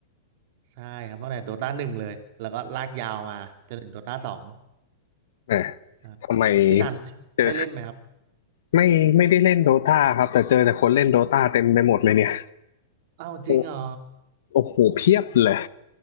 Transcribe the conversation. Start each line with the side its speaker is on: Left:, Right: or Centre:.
Right: ใช่ครับตั้งแต่โดตาหนึ่งเลยแล้วก็ลากยาวมาจนถึงโดตาสอง
Left: เออ
Right: ครับ
Left: ทำไม
Right: พี่ทัน
Left: เจอ
Right: ได้เล่นไหมครับ
Left: ไม่ไม่ได้เล่นโดตาครับแต่เจอแต่คนเล่นโดตาเต็มไปหมดเลยเนี่ย
Right: อ้าวจริงเหรอ
Left: โอ้โอ้โหเพียบเลย